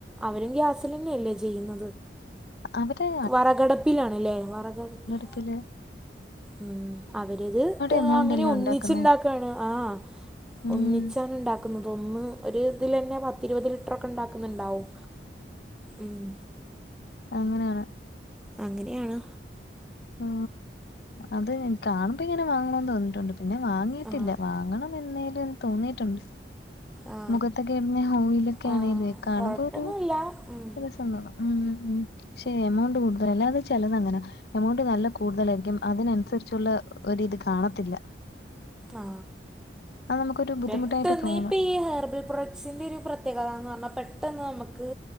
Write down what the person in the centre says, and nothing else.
അവരും ഗ്യാസിലന്നെല്ലേ ചെയ്യുന്നത്
വറകടപ്പിലാണ്ല്ലേ വറകടപ്പില്
മ്മ് അവരത്
അങ്ങനെ
ഒന്നിച്ചുണ്ടാക്കാണ്
ആഹ്
ഒന്നിച്ചാണ് ഇണ്ടാ ഒന്ന് ഒരു ഇതിലന്നെ പത്തിരുപത് ലിറ്റർ ഒക്കെ ഇണ്ടാക്ക്ന്നുണ്ടാവും ഉം
അങ്ങനെയാണ്
ആ
ആ
ആ
കൊഴപ്പൊന്നുല്ല
ഉം
ആ
പെട്ടെന്ന്
ഈ ഇപെ ഹെയർബെ പ്രോഡ സിന്റെ ഒരു പ്രത്യേകത പറഞ്ഞാൽ പെട്ടെന്ന് നമ്മക്ക്